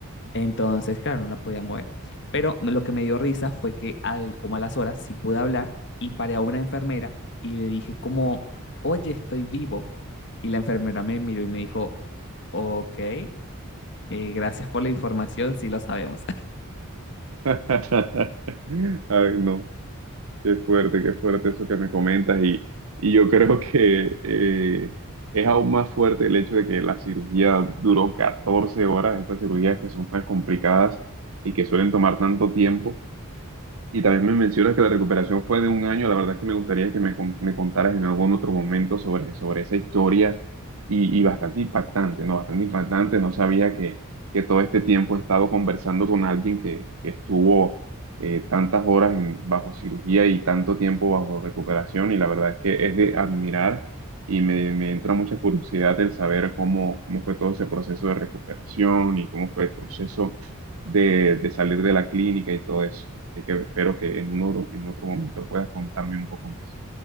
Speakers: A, on the left; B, on the right.
A: Entonces, claro, no la podía mover. Pero me- lo que me dio risa fue que al, como a las horas sí pude hablar y paré a una enfermera y le dije como, oye, estoy vivo. Y la enfermera me miró y me dijo, ok, eh, gracias por la información, sí lo sabemos.
B: <laughs> Ay, no. Qué fuerte, qué fuerte eso que me comentas y, y yo creo <laughs> que eh, es aún más fuerte el hecho de que la cirugía duró 14 horas, estas cirugías que son tan complicadas y que suelen tomar tanto tiempo. Y también me mencionas que la recuperación fue de un año. La verdad es que me gustaría que me, con- me contaras en algún otro momento sobre, sobre esa historia y, y bastante impactante, ¿no? Bastante impactante. No sabía que, que todo este tiempo he estado conversando con alguien que, que estuvo eh, tantas horas en- bajo cirugía y tanto tiempo bajo recuperación. Y la verdad es que es de admirar y me, me entra mucha curiosidad el saber cómo, cómo fue todo ese proceso de recuperación y cómo fue el proceso de, de salir de la clínica y todo eso. Así que espero que en, uno- en otro momento puedas contarme un poco más.